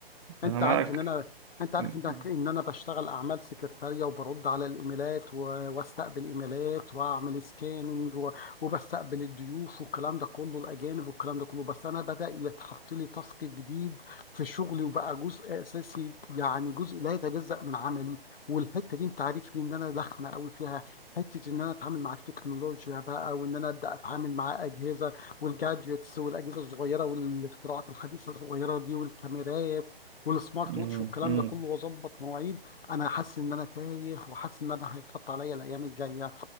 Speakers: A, on the left; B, on the right.
A: انت
B: انا معك
A: عارف ان انا انت عارف
B: امم
A: ان ان انا بشتغل اعمال سكرتاريه وبرد على الايميلات و... واستقبل ايميلات واعمل سكاننج و... وبستقبل الضيوف والكلام ده كله الاجانب والكلام ده كله بس انا بدا يتحط لي تاسك جديد في شغلي وبقى جزء اساسي يعني جزء لا يتجزأ من عملي والحته دي انت عارفني ان انا ضخمه قوي فيها حته ان انا اتعامل مع التكنولوجيا بقى وان انا ابدا اتعامل مع اجهزه والجادجتس والاجهزه الصغيره والاختراعات الحديثه الصغيره دي والكاميرات والسمارت
B: امم
A: ووتش والكلام ده كله واظبط مواعيد انا حاسس ان انا تايه وحاسس ان انا هيتحط عليا الايام الجايه